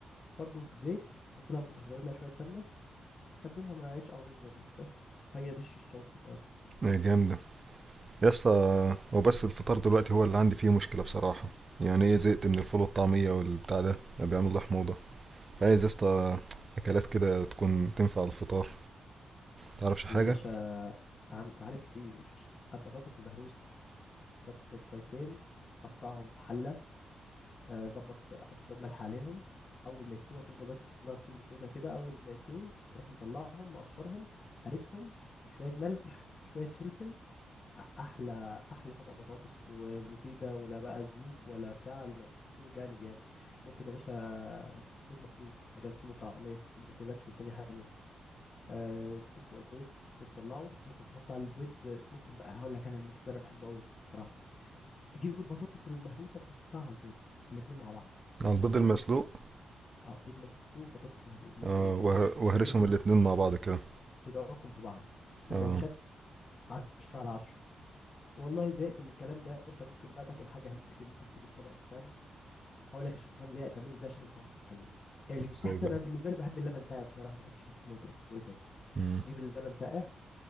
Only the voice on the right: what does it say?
هي جامده يا اسطى هو بس الفطار دلوقتي هو اللي عندي فيه مشكله بصراحه يعني ايه زهقت من الفول والطعميه والبتاع ده بقى بيعمل لي حموضه عايز يا اسطى اكلات كده تكون تنفع على الفطار تعرفش حاجه
على البيض
المسلوق
آه وه-
وهرسهم
الاتنين مع بعض كده
اه
ازاي بقى
مم.